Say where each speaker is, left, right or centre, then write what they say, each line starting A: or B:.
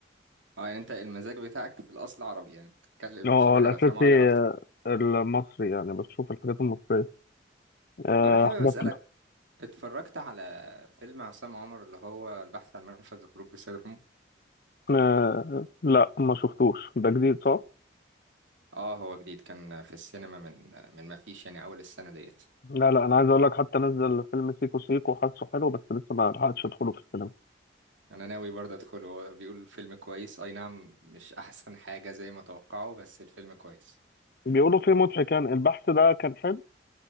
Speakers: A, on the right; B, on the left.
A: اه يعني انت المزاج بتاعك في الاصل عربي يعني بتتكلم
B: اه
A: بتتفرج
B: الاساسي
A: على افلام عربي اكتر
B: آه، المصري يعني بشوف الحاجات المصريه آه،
A: طب انا حابب
B: حاجات
A: اسالك اتفرجت على فيلم عصام عمر اللي هو البحث عن منفذ لخروج السيد رامبو
B: آه، لا ما شفتوش ده جديد صح
A: اه هو جديد كان في السينما من من ما فيش يعني اول السنة ديت
B: لا لا انا عايز اقول لك حتى نزل فيلم سيكو سيكو حاسه حلو بس لسه ما لحقتش ادخله في السينما
A: انا ناوي برضه ادخله هو بيقول فيلم كويس اي نعم مش <laughs> احسن حاجة زي ما توقعوا بس الفيلم كويس
B: بيقولوا فيه مضحك يعني البحث ده كان حلو